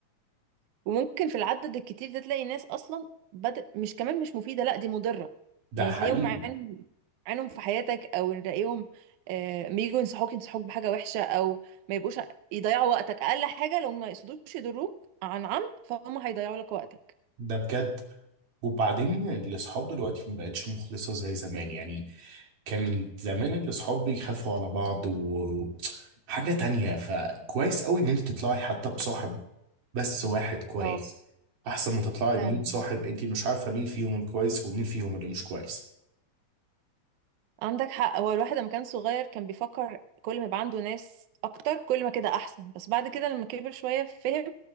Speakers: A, on the right; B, on the right.
A: وممكن في العدد الكتير ده تلاقي ناس اصلا بدأ مش كمان مش مفيده لا دي مضره
B: ده
A: يعني
B: حقيقي
A: تلاقيهم عينهم عينهم في حياتك او نلاقيهم آه، ما يجوا ينصحوك ينصحوك بحاجه وحشه او ما يبقوش ع- يضيعوا وقتك اقل حاجه لو ما يقصدوش يضروك عن عمد فهم هيضيعوا لك وقتك
B: ده بجد وبعدين الاصحاب دلوقتي ما بقتش مخلصة زي زمان يعني كان زمان الاصحاب بيخافوا على بعض وحاجة تانية فكويس قوي ان انت تطلعي حتى بصاحب بس واحد كويس
A: اه
B: احسن ما تطلعي
A: فعلا
B: ب صاحب انت مش عارفة مين فيهم الكويس ومين فيهم اللي مش كويس
A: عندك حق هو الواحد لما كان صغير كان بيفكر كل ما يبقى عنده ناس اكتر كل ما كده احسن بس بعد كده لما كبر شوية فهم